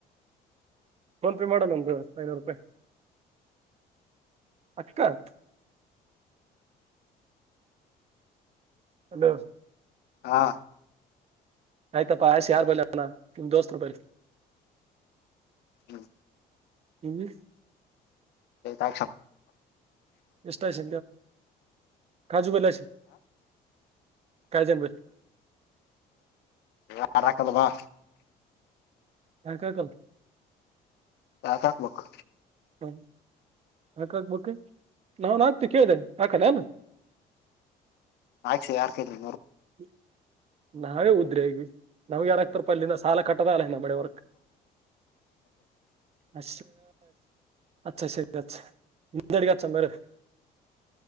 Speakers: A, on the right; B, on the left.
A: ಫೋನ್ ಪೇ ಮಾಡೋಣ ನಮ್ದ ಐನೂರು ರೂಪಾಯಿ ಅಕ್ಕಕ್ಕ ಅಲ
B: ಹಾ
A: ಆಯ್ತಪ್ಪಾ ಆಯ್ಸ ಯಾರು ಬಲಿ ಅಣ್ಣ ನಿಮ ದೋಸ್ ರ ಬಲ್
B: ಹ್ಮ
A: ಇಂಗ್
B: ತಾಕ್ಷ
A: ಎಷ್ಟ ಆಸ ಕಾಜು ಬೆಲ್ಲಸ ಕಾಯ ಜನ್ಬ
B: ಯಾರಾಕಲ್ಲವಾ
A: ಹ್ಯಾಂಕಾಕಲ್
B: ಯಾಕ ಹಾಕ್ಬೇಕು
A: ಹ್ಮ ಹಾಕಾಕ್ಬೇಕಕ್ು ನಾವನ್ ಹಾಕ್ತಿ ಕೇಳಿದೆ ಹಾಕಲ್ಲ ಅನ್
B: ಆಯ್ಸು ಯಾರ್ ಕೈ ನ
A: <inaudible> ನಾವೇ ಉದ್ರಿ ಆಗವಿ ನಾವ್ ಯಾರಾಗಗ್ತರ್ ಪಲ್ಲಿಿಂದ ಸಾಲ ಕಟ್ಟದ ಅಲ್ಲ ನಮ್ಮ ವರ್ಕ್ ಅ ಅಾ ಸರಿ ನಿಡೆಿಗೆ ಮರ